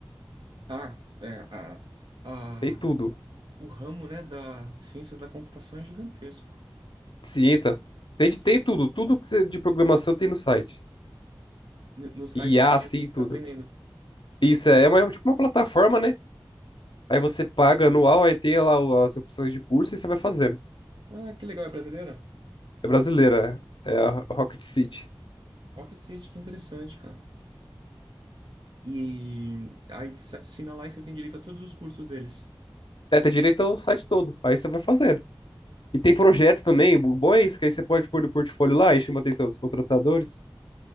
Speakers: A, on the right; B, on the left.
A: Ah, é, a,
B: tem tudo.
A: a, O ramo, né, das ciências da computação é gigantesco.
B: Cienta, tem, de- tem tudo, tudo que você, de programação tem no site.
A: N- No site
B: IA,
A: que você diz
B: assim,
A: onde você
B: tudo.
A: está aprendendo.
B: Isso é uma, tipo uma plataforma, né? Aí você paga anual, aí tem lá o- as opções de curso e você vai fazendo.
A: Ah, que legal, é brasileira?
B: É brasileira, é é a Rocket City.
A: Rocket City, que interessante, cara. E aí você assina lá e você tem direito a todos os cursos deles.
B: Seta direita É, tem direito o site todo. Aí você vai fazendo. E tem projetos também. O bom é isso, que aí você pode pôr no portfólio lá e chama a atenção dos contratadores.